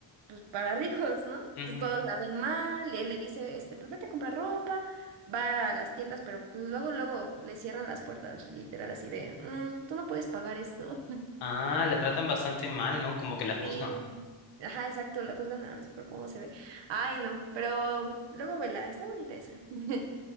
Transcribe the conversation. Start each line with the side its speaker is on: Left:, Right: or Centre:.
Right: pues, para ricos, ¿no?
Left: ujú.
Right: Entonces todos la ven mal, y él le dice, este, pues vete a comprar ropa, va a las tiendas, pero luego, luego le cierran las puertas, literal, así de, "Mm, tú no puedes pagar esto.
Left: Ah, la tratan bastante mal, ¿no? Como que la juzgan.
Right: Sí, ajá, exacto, la juzgan nada más por cómo se ve. Ay, no, pero luego vela, está bonita esa. <laughs>